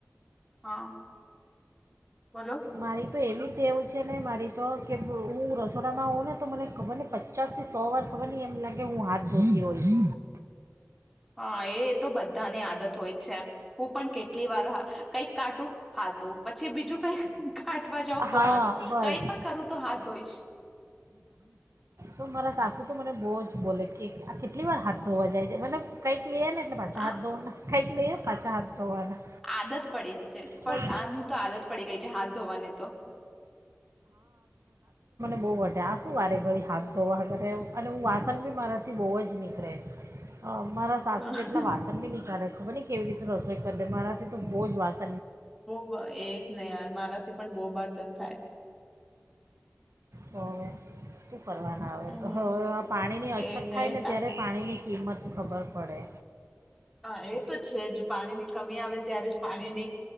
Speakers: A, in the centre; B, on the right.
A: હા બોલો.
B: મારી તો એવી ટેવું છે ને મારી તો કે હું રસોડામાં હોઉં ને તો મને ખબર ને પચાસ થી સો વાર ખબર નહી એમ લાગે હું હાથ ધોતી હોય. હમ. <inaudible>
A: હા એ તો બધાની આદત હોય જ છે, હું પણ કેટલી વાર કંઈક કાટું હાથ ધોઉં પછી બીજું કઈક કાટવા જાઉં
B: હા
A: તો
B: બસ
A: કઈક પણ કરું તો હાથ ધોઈશ.
B: તો મારા સાસુ તો મને બહુ જ બોલે કે આ કેટલી વાર હાથ ધોવા જાય છે મતબ કઈક લય ને. એટલે પાછા
A: આ
B: હાથ ધોવાના. ખાઇટ લઈએ. પાછા હાથ ધોવાના
A: આદત પડી છે
B: તો
A: આની તો આદત પડી ગઈ છે હાથ ધોવાની તો.
B: બોવ વઢે આશું વારે ઘડી હાથ ધોવા કરે એવુ. અને હું વાસણ બી મારાથી બહુ જ નીકળે. હ.
A: હા.
B: તો તેટલા વાસણ બી ની કરે. ખબર ને કેવી રીતે રસોઈ કરી દે મારાથી તો બહુ જ વાસ્ત
A: બહ એજ નહી યાર મારાથી પણ બહુ બર્તન થાય.
B: હવે. કરવાના આવે
A: હમ
B: તો હવે આ પાણીની અછત
A: એજ
B: થાય
A: ટા-
B: ને ત્યારે પાણીની કિંમત ખબર પડે.
A: હા એ તો છે જ પાણી ની કમી આવે ત્યારે જ પાણીની